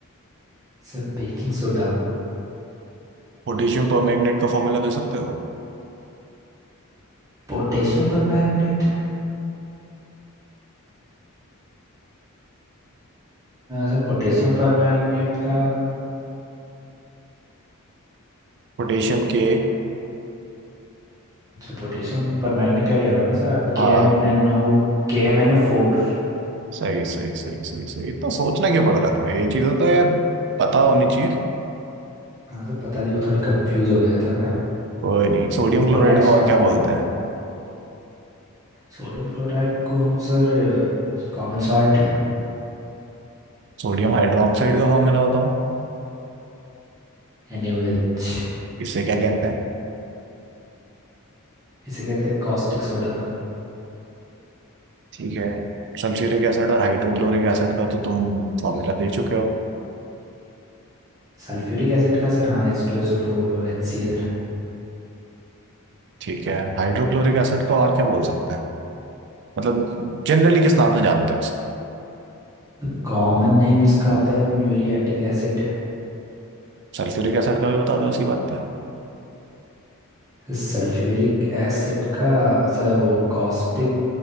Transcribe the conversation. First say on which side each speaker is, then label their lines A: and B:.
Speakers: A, on the right; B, on the right.
A: Sir baking soda
B: पोटेशियम परमैंगनेट का फॉर्मूला दे सकते हो
A: Potassium permanganate Sir potassium permanganate का
B: पोटेशियम के
A: अच्छा पोटेशियम पर मैग्नेट क्या कह रहे हो ना सर आप K
B: हाँ
A: M N O K M N ओ फोर
B: सही सही सही सही सही इतना सोचना क्यों पड़ रहा है तुम्हें ये चीजें तो यार पता होनी चाहिए
A: हाँ सर पता नहीं वो थोड़ा कंफ्यूज हो गया था मैं
B: कोई नहीं सोडियम
A: वो
B: क्लोराइड
A: पोटेश
B: को और
A: नाम
B: क्या
A: याद
B: बोलते
A: आ रहा
B: हैं
A: था सोडियम क्लोराइड को हम sir common salt
B: सोडियम हाइड्रोक्साइड का फॉर्मूला बताओ
A: N A O H
B: इसे क्या कहते हैं
A: इसे कहते हैं कॉस्टिक सोडा
B: ठीक है सल्फ्यूरिक एसिड और हाइड्रोक्लोरिक एसिड का तो तुम फॉर्मूला दे चुके हो
A: सल्फ्यूरिक एसिड का सर हाँ एच टू एस ओ फोर और एच सी एल
B: ठीक है हाइड्रोक्लोरिक एसिड को और क्या बोल सकते हैं मतलब जनरली किस नाम से जानते हो उसे
A: तो कॉमन नेम इसका होता है म्यूरियाटिक एसिड
B: सल्फ्यूरिक एसिड का भी बता दो उसी बात पे
A: सल्फ्यूरिक एसिड का सर वो कॉस्टिक